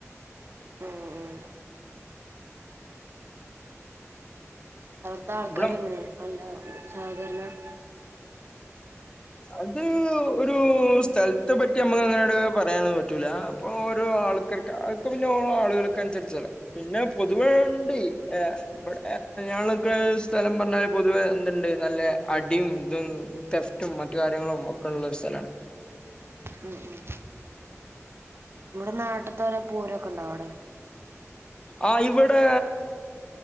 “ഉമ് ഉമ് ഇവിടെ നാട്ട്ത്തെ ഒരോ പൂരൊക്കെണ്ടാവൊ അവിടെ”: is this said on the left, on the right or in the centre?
Right